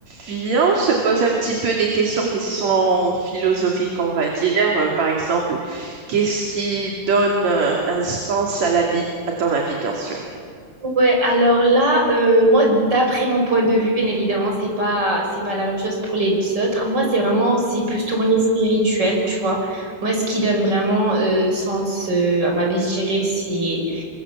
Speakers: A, on the right; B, on the right.
A: Viens, on se pose un petit peu des questions qui sont philosophiques, on va dire. Euh, par exemple, qu'est-ce qui donne euh, un sens à la vie, à ton avis, bien sûr.
B: Ouais, alors là, euh, moi, d'après mon point de vue, bien évidemment, c'est pas, c'est pas la même chose pour les autres. Moi, c'est vraiment, c'est plus tourné spirituel, tu vois. Moi, ce qui donne vraiment euh, sens euh, à ma vie, je dirais, c'est,